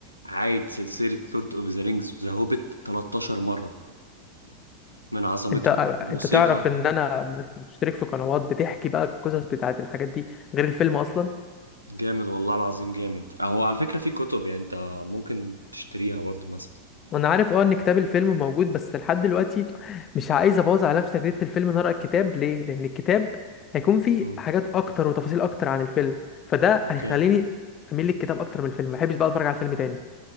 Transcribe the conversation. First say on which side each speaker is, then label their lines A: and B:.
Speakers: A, on the left; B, on the left.
A: عايد سلسله لورد اوف ذا رينجز وذا هوبيت 13 مره من عظمتهم
B: انت
A: الموسيقى
B: انت تعرف ان انا مشترك في قنوات بتحكي بقى القصص بتاعت الحاجات دي غير الفيلم اصلا
A: جامد والله العظيم جامد اهو على فكره في كتب يعني انت ممكن تشتريها برضو مثلا
B: انا عارف اه ان كتاب الفيلم موجود بس لحد دلوقتي مش عايز ابوظ على نفسي تجربة الفيلم إن أنا اقرا الكتاب ليه لان الكتاب هيكون فيه
A: مم.
B: حاجات اكتر وتفاصيل اكتر عن الفيلم فده
A: اوكي
B: هيخليني اميل للكتاب اكتر من الفيلم ما بحبش بقى اتفرج على الفيلم تاني